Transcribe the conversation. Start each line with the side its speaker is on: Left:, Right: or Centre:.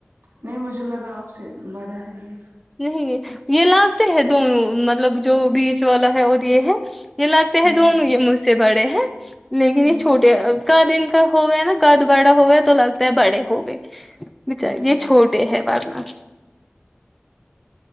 Right: نہیں مجھے لگا آپ سے بڑا ہے یہ
Centre: نہیں یہ لگتے ہیں دونوں مطلب جو بیچ والا ہے اور یہ ہے یہ لگتے
Right: ہوں
Centre: ہیں دونوں یہ مجھ سے بڑے ہیں لیکن
Right: ہوں
Centre: یہ چھوٹے کاد ان کا ہو گیا نا کاد بڑا ہو گیا تو لگتا ہے بڑے ہو گئے بچار
Right: ہوں
Centre: یہ چھوٹے ہے بعد میں